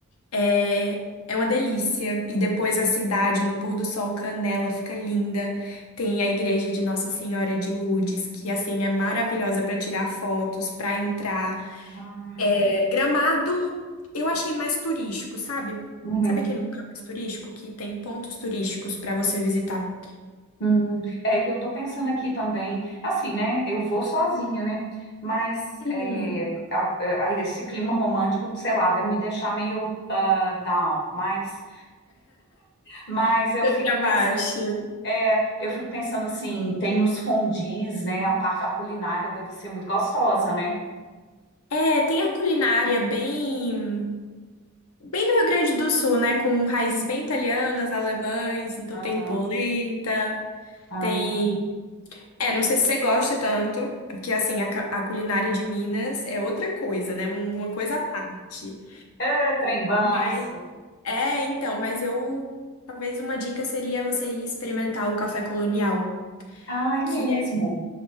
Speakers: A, on the left; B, on the left.
A: É, é uma delícia. E depois a cidade, no pôr do sol, Canela, fica linda. Tem a igreja de Nossa Senhora de Lourdes, que assim é maravilhosa para tirar fotos, para entrar.
B: Ah, que
A: É, Gramado, eu achei mais turístico, sabe?
B: legal.
A: Sabe aquele lugar mais turístico que tem pontos turísticos para você visitar?
B: Hum, é, e eu tô pensando aqui também, assim, né? Eu vou sozinha, né? Mas
A: Hum.
B: é, a- a- esse clima romântico, sei lá, vai me deixar meio ah, down. Mas, mas eu fico
A: Pra baixo.
B: pensando, é, eu fico pensando assim, tem os fondues, né? A parte, a culinária deve ser muito gostosa, né?
A: É, tem a culinária bem, bem do Rio Grande do Sul, né? Com raízes bem italianas, alemães, então
B: Aham,
A: tem polenta,
B: ah.
A: tem É, não sei se você gosta tanto, porque assim, a, ca- a culinária de Minas é outra coisa, né? Um, Uma coisa à parte.
B: É, trem bom,
A: Mas
B: sim.
A: é, então, mas eu talvez uma dica seria você ir experimentar o café colonial,
B: Ah, é
A: que
B: mesmo.